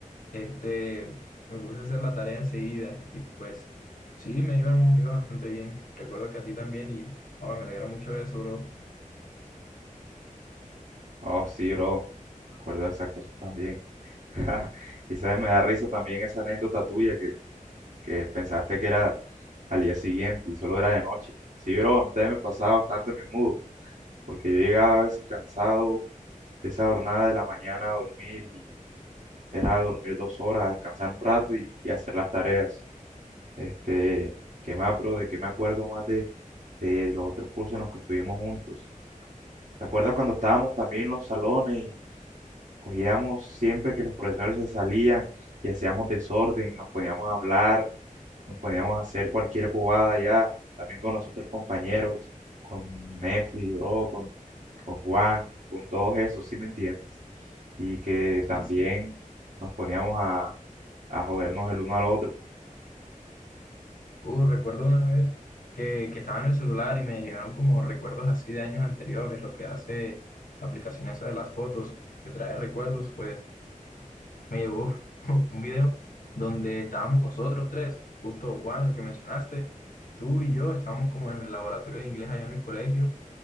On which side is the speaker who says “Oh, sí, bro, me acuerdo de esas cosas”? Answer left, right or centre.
Right